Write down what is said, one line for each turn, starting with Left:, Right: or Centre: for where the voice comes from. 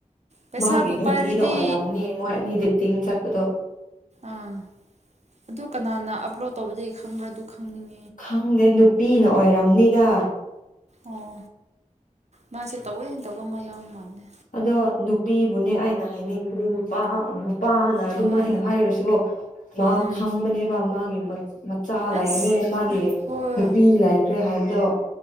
Right: ꯄꯩꯁꯥꯕꯨ
Left: ꯃꯥꯒꯤ ꯒꯔꯤꯗ
Right: ꯄꯥꯏꯔꯗꯤ
Left: ꯑꯣꯏꯔꯝꯅꯤ ꯃꯣꯏ ꯑꯅꯤ ꯗꯦꯇꯤꯡ ꯆꯠꯄꯗꯣ
Right: ꯑꯥ ꯑꯗꯨ ꯀꯅꯥꯅ ꯑꯞꯂꯣꯠ ꯇꯧꯕꯗꯩ ꯈꯪꯕ꯭ꯔ ꯑꯗꯨ ꯈꯪꯅꯤꯡꯉꯤ
Left: ꯈꯪꯗꯦ ꯅꯨꯄꯤꯅ ꯑꯣꯏꯔꯝꯅꯤꯗ
Right: ꯑꯣ ꯃꯥꯁꯦ ꯇꯧꯋꯦ ꯇꯧꯕꯃ ꯌꯥꯎ ꯃꯥꯜꯂꯦ
Left: ꯑꯗꯣ ꯅꯨꯄꯤꯕꯨꯅꯦ ꯑꯩꯅ ꯍꯥꯏꯅꯤꯕꯗꯤ ꯅꯨ ꯅꯨꯄꯥ ꯅꯨꯄꯥꯅ ꯑꯗꯨꯃꯥꯏꯅ
Right: ꯍꯣꯏ
Left: ꯍꯥꯏꯔꯁꯨ ꯃꯥ
Right: ꯎꯝ
Left: ꯈꯪꯕꯅꯦꯕ ꯃꯥꯒꯤ ꯃꯠ ꯃꯠ ꯆꯥ ꯂꯩꯔꯦ
Right: ꯑꯁ
Left: ꯃꯥꯒꯤ
Right: ꯍꯣꯏ
Left: ꯅꯨꯄꯤ ꯂꯩꯈ꯭ꯔꯦ ꯍꯥꯏꯕꯗꯣ